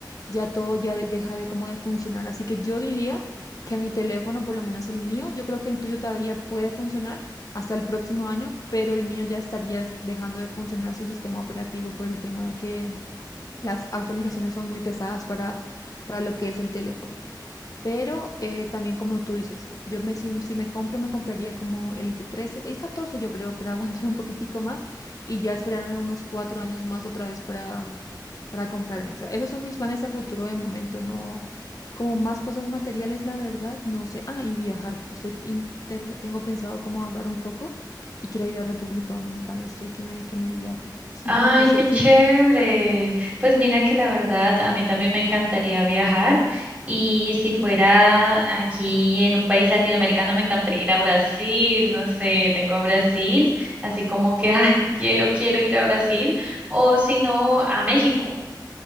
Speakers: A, on the left; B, on the right.
A: ya todo ya de- deja de como de funcionar. Así que yo diría que mi teléfono, por lo menos el mío, yo creo que el tuyo todavía puede funcionar hasta el próximo año, pero el mío ya estaría dejando de funcionar su sistema operativo por el tema de que las actualizaciones son muy pesadas para, para lo que es el teléfono. Pero eh, también como tú dices, yo me, si, si me compro, me compraría como el trece el 14 yo creo, para <laughs> aguantar un poquitico más y ya esperarme unos cuatro años más otra vez para, para comprarme. O sea, esos son mis planes a futuro de momento, no como más cosas materiales, la verdad, no sé. Ah, y viajar. Estoy, in- ten- tengo pensado cómo ahorrar un poco y quiero ir a República Dominicana, estoy que me, que me viajo.
B: Ay,
A: No sé
B: qué
A: tú.
B: chévere. Pues mira que la verdad, a mí también me encantaría viajar y si
A: <laughs>
B: fuera aquí en un país latinoamericano, me encantaría ir a Brasil, no sé, tengo a Brasil, así como que, <laughs> ay, quiero, quiero ir a Brasil o si no, a México.